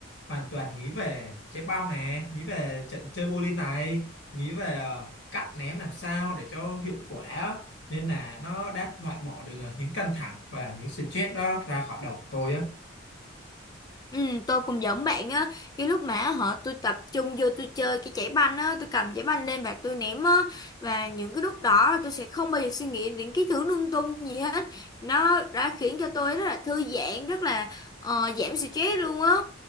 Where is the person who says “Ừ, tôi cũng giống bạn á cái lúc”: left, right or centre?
Left